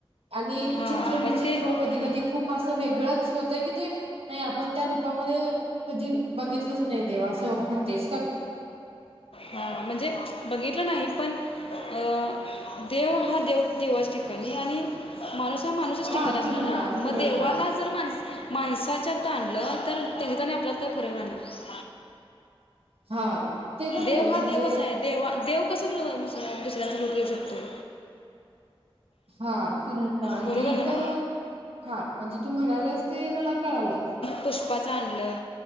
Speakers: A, on the right (about 75°); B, on the left (about 70°).
A: आणि
B: हां
A: चित्र
B: म्हणजे
A: विचित्र
B: ते हं,
A: कधी कधी खूप असं वेगळंच होतय की ते नाही आपण त्या रूपामध्ये कधी बघितलंच नाही देव असं म्हणतेस का तु?
B: हा म्हणजे बघितलं नाही, पण अ देव हा देव देवचं ठिक तेनी आणि माणूस हा माणूसच
A: हा
B: ठिकाणी असणार
A: तुलना
B: ना मग
A: तुलना
B: देवाला जर माणस माणसाच्यात आणल, तर त्याच्यात आणि आपल्यात काय फरक राहणार.
A: हा, ते पण
B: देव
A: आहे म्हणजे
B: हा देवच आहे देवा देव कसं दुसऱ्यांच रूप घेऊ शकतोय?
A: हा तुलना
B: बरोबर
A: ही
B: का
A: तर
B: ना
A: हा म्हणजे तू म्हणाल्यास ते मला कळालं.
B: पुष्पांच आणलं